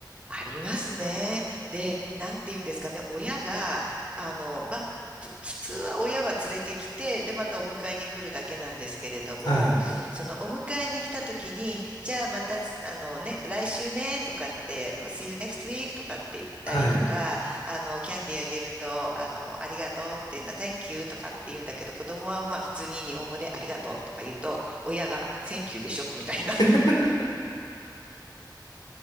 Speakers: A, on the right; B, on the left.
A: ありますね。で、なんて言うんですかね、親が、あの、まあ、つ普通は親は連れてきて、で、またお迎えに来るだけなんですけれども、
B: はい。
A: そのお迎えに来た時に、じゃあまた、あのね、来週ね、とかって、まあ See you next week とかって言ったりとか、
B: はい。
A: あの、キャンディーあげると、あの、ありがとうっていうのは、Thank you とかって言うんだけど、子供はまあ普通に日本語でありがとうとか言うと、親が Thank you でしょみたいな、
B: <laughs>